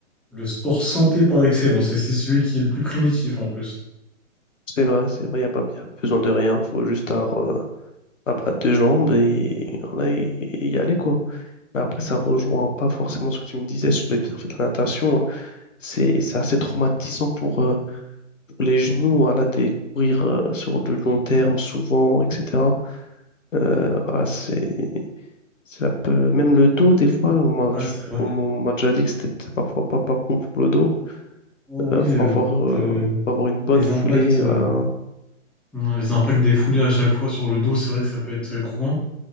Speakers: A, in the centre; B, on the left.
A: le sport santé par excellence et c'est celui qui est le plus primitif en plus.
B: C'est vrai, c'est vrai, il n'y a pas y a besoin de rien, faut juste avoir euh, ah bah, deux jambes et, voilà, et, et y aller, quoi. Mais après, ça rejoint pas forcément ce que tu me disais sur les bienfaits de la natation. hein. C'est, c'est assez traumatisant pour, euh, pour les genoux, voilà, des courir euh, sur le long terme souvent, etc. Euh, ah, c'est, c'est la peu- Même le dos, des fois, on m'a
A: Ouais,
B: je-
A: c'est vrai.
B: on m'a déjà dit que c'était peut-être parfois pas, pas bon pour le dos.
A: Oh oui,
B: Euh, faut
A: euh,
B: avoir,
A: te-
B: euh, faut avoir une bonne
A: les
B: foulée,
A: impacts, euh,
B: voilà.
A: hum, les impacts des foulées à chaque fois sur le dos, c'est vrai que ça peut être éprouvant.